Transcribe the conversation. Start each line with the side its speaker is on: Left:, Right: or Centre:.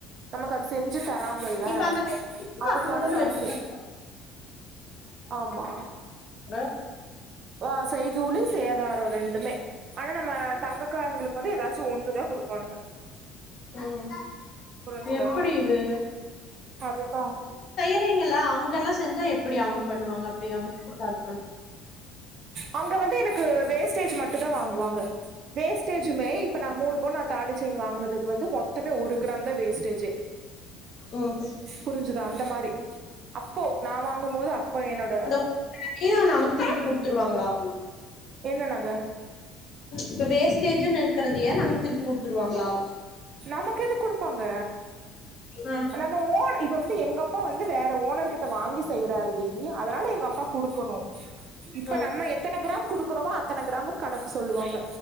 Right: நமக்கு அது செஞ் சு தராங்கல்ல
Left: இப்ப அந்த
Right: அதுக்கான
Left: அவங்க தான
Right: காசு
Left: வச்சிருக்காங்க
Right: ஆமா
Left: க
Right: ஆ செய்கூலி சேதாரொ ரெண்டுமே ஆனா நம்ம தங்க காரங்களுக்கு வந்து எதா ச்சு ஒன்னு தா குடுப்பானுங்க
Left: ம்
Right: புரிஞ்சுதா
Left: எப்படி இது
Right: அதுதா
Left: யறீங்களா அங் கல்லாம் செஞ்சா எப்டி அவங்க பண்ணுவாங்க அப்டி அவங்கட குடுத்தாலு
Right: அவங்க வந்து எனக்கு வேஸ்டேஜ் மட்டு தா வாங்குவாங்க வேஸ்டேஜுமே இப்ப நா மூணு போ நா தாலிச்சைன் வாங்குனதுக்கு வந்து மொத்தமே ஒரு கிராம் தா வேஸ்டே ஜு
Left: ம்
Right: புரிஞ்சுதா அந்த மாரி அப்போ நா வாங்கும்போது அப்போ என்னோட
Left: அந்த ஒரு வேலையும் நமக்கு திருப்பி குடுத்துருவாங்களா
Right: என்ன நக
Left: இப்ப வேஸ்டேஜுன் இருக் கறதையே நமக்கு திருப்பி குடுத்துருவாங்களா
Right: நமக்கு எது கொடுப்பாங்க
Left: ஆ
Right: நம்ம ஓன் இப்பொ வந்து எங்க அப்பா வந்து வேற ஓனர் கிட்ட வாங்கி செய்றாரு பீ அதனால எங்க அப்பா கொடுக்கணு இப்ப
Left: ஆ
Right: நம்ம எத்தன கிராம் கொடுக்கணமோ அத்தன கிராம்கு கணக்கு சொல்லுவாங்க